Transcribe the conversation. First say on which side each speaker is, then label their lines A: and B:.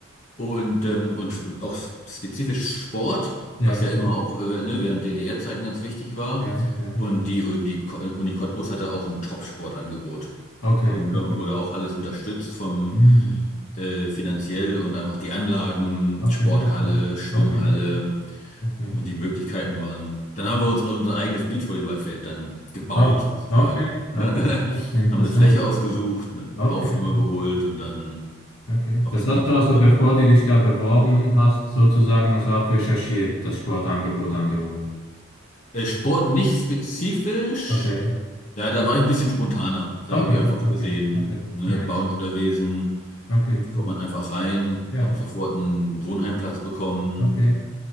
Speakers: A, on the left; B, on the left.
A: Und, ähm, und auch spezifisch Sport,
B: Ja,
A: was ja immer
B: ja,
A: auch äh, ne, während DDR-Zeiten ganz wichtig war.
B: ja, ja.
A: Und die, und die Ko- Uni Cottbus hatte auch ein Top-Sportangebot.
B: Okay,
A: Und, ne,
B: okay.
A: und wurde auch alles unterstützt vom
B: Hm.
A: äh, finanziell und einfach die Anlagen,
B: Okay,
A: Sporthalle,
B: okay.
A: Schwimmhalle
B: Okay, okay.
A: und die Möglichkeiten waren. Dann haben wir uns unser eigenes Beachvolleyballfeld dann gebaut
B: Oh,
A: sozusagen.
B: okay,
A: Ne?
B: okay.
A: <laughs>
B: Krass, Interessant.
A: Haben eine Fläche ausgesucht, eine
B: Okay,
A: Baufirma
B: okay,
A: geholt und dann
B: okay.
A: auch
B: Das
A: das
B: hast
A: Beachvolleyball.
B: du also, bevor du dich da beworben hast, sozusagen also auch recherchiert, das Sportangebot an der Uni.
A: Äh, Sport nicht spezifisch.
B: Okay.
A: Ja, da war ich ein bisschen spontaner. Da
B: Okay,
A: habe ich einfach
B: okay,
A: gesehen,
B: okay.
A: ne,
B: Nice.
A: Bounce gewesen,
B: Okay, cool.
A: kommt man einfach rein,
B: Ja,
A: habe sofort einen Wohnheimplatz bekommen.
B: okay,